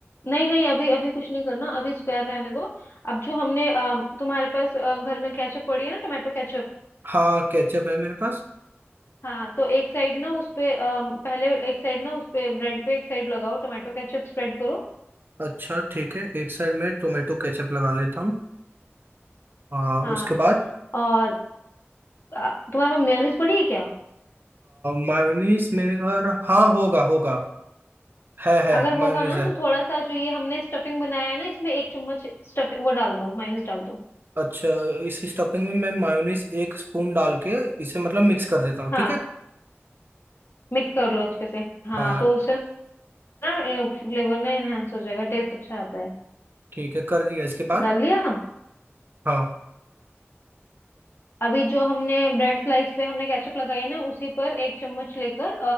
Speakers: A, on the left (about 60°); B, on the right (about 50°).
A: नहीं नहीं अभी अभी कुछ नहीं करना अभी स्क्वायर रहने दो अब जो हमने अम, तुम्हारे पास अ, घर में केचप पड़ी है ना टोमेटो केचप
B: हाँ केचप है मेरे पास
A: हाँ तो एक साइड ना उस पे अम, पहले एक साइड ना उस पे ब्रेड पे एक साइड लगाओ टोमेटो केचप स्प्रेड करो
B: अच्छा ठीक है एक साइड में टोमेटो केचप लगा लेता हूँ हाँ
A: हाँ
B: उसके बाद
A: और आ, तुम्हारे पास मेयोनीज पड़ी है क्या
B: मायोनीज मेरे घर हाँ होगा होगा है है
A: अगर होगा
B: मायोनीज
A: ना
B: है
A: तो थोड़ा सा जो ये हमने स्टफिंग बनाया है ना इसमें एक चम्मच स्टफिंग वो डाल दो माइनस डाल दो
B: अच्छा इस स्टफिंग में मैं मायोनीज एक स्पून डाल के इसे मतलब मिक्स कर देता हूँ
A: हाँ
B: ठीक है
A: मिक्स कर लो अच्छे से हाँ
B: हाँ
A: तो उससे ना फ्लेवर ना एनहेंस हो जाएगा टेस्ट अच्छा आता है
B: ठीक है कर दिया इसके बाद
A: डाल दिया
B: हाँ
A: अभी जो हमने ब्रेड स्लाइस पे हमने केचप लगाई है ना उसी पर एक चम्मच लेकर